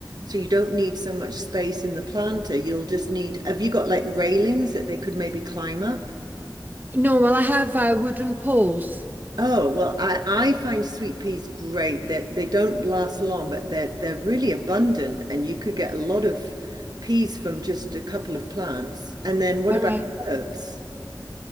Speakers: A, on the right; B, on the right.
A: So you don't need so much space in the planter. You'll just need have you got like railings that they could maybe climb up?
B: No, well, I have uh, wooden poles.
A: Oh, well I I find sweet peas great that they don't last long but they're they're really abundant and you could get a lot of peas from just a couple of plants. And then what
B: All
A: about
B: right.
A: herbs?